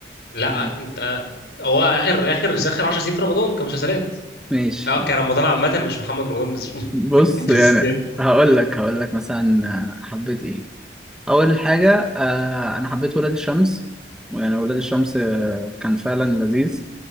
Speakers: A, on the left (about 65°); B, in the centre.
A: لا
B: يعني
A: انت هو اخر اخر اخر 10 سنين في رمضان كمسلسلات
B: ماشي
A: اه كرمضان عامه مش محمد رمضان بس <laughs>
B: بص
A: بالذات
B: يعني هقول لك هقول لك مثلا حبيت ايه اول حاجة آه انا حبيت ولاد الشمس يعني ولاد الشمس آه، كان فعلا لذيذ